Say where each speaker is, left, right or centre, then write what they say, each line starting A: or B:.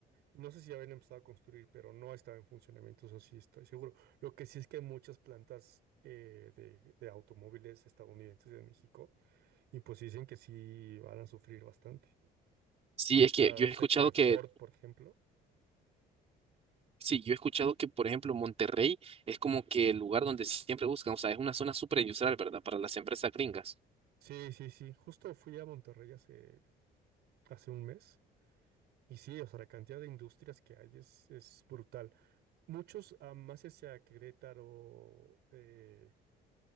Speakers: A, on the right; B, on the right.
A: y No sé si ya habían empezado a construir, pero no estaba en funcionamiento, eso sí estoy seguro. Lo que sí es que hay muchas plantas eh, de, de automóviles estadounidenses en México y pues dicen que sí van a sufrir bastante.
B: Sí, es
A: O
B: que
A: sea,
B: yo he
A: sé
B: escuchado
A: que
B: que...
A: Ford, por ejemplo.
B: Sí, yo he escuchado que, por ejemplo, Monterrey es como que el lugar donde siempre buscan, o sea, es una zona súper industrial, ¿verdad? Para las empresas gringas.
A: Sí, sí, sí. Justo fui a Monterrey hace, hace un mes. Y sí, o sea, la cantidad de industrias que hay es, es brutal. Muchos ah, más hacia Querétaro, eh,